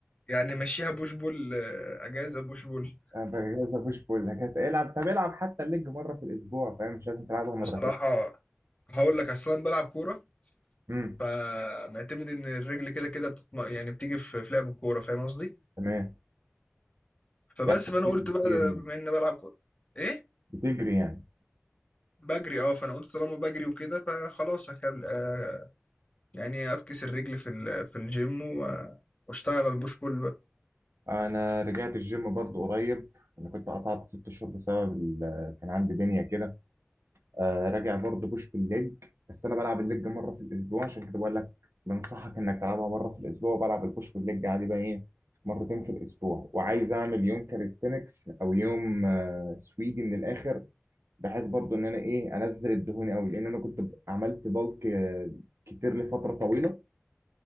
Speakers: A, on the left; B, on the right.
A: يعني ماشيها بوش بول آه، اجازه بوش بول
B: انا بجهز بوش بول ليج هت- العب طب العب حتى الليج مره في الاسبوع فاهم مش لازم تلعبها مرتين
A: بصراحه هقول لك اصلا بلعب كوره
B: امم
A: فمعتمد ان الرجل كده كده بتتم... يعني بتيجي في في لعب الكوره فاهم قصدي
B: تمام
A: فبس
B: يعني انت
A: فانا
B: بتجري
A: قلت بقى
B: كتير يعني
A: بما اني بلعب كوره ايه
B: بتجري يعني
A: بجري اه فانا قلت طالما بجري وكده فخلاص هكمل آه، يعني افكس الرجل في ال- في الجيم و- واشتغل على البوش بول بقى
B: انا رجعت الجيم برضو قريب انا كنت قطعت ست شهور بسبب ال- كان عندي دنيا كده آه راجع برضه بوش بالليج بس انا بلعب الليج مره في الاسبوع عشان كده بقول لك بنصحك انك تلعبها مره في الاسبوع وبلعب البوش بالليج عادي بقى ايه مرتين في الاسبوع وعايز اعمل يوم كاليستنكس او يوم آه سويدي من الاخر بحيث برضه ان انا ايه انزل الدهون قوي لان انا كنت ب- عملت بالك آه، كتير لفتره طويله